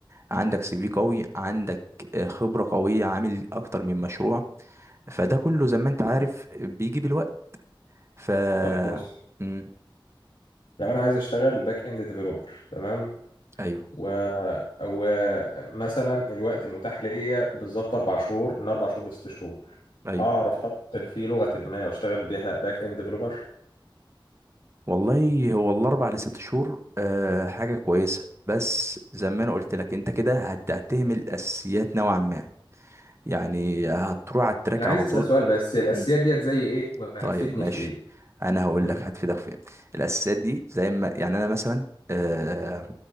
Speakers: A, on the right; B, on the left.
A: عندك سي في قوي عندك آه، خبره قويه عامل اكتر من مشروع فده كله زي ما انت عارف بيجي بالوقت ف
B: طب بص
A: مم.
B: لو انا عايز اشتغل باك اند ديفلوبر تمام
A: ايوه
B: و... ومثلا الوقت المتاح ليا بالظبط اربع شهور من اربع شهور لست شهور
A: ايوه
B: اعرف اتقن في لغه ما واشتغل بيها باك اند ديفلوبر
A: والله هو الاربع لست شهور آه حاجه كويسه بس زي ما انا قلت لك انت كده هت- هتهمل الاساسيات نوعا ما يعني هتروح على التراك
B: انا عايز
A: على
B: اسال
A: طول
B: سؤال بس هي الاساسيات
A: مم.
B: ديت زي ايه وهتفيدني
A: طيب ماشي
B: في ايه
A: انا هقول
B: امم
A: لك هتفيدك في ايه الاساسيات دي زي ما يعني انا مثلا آه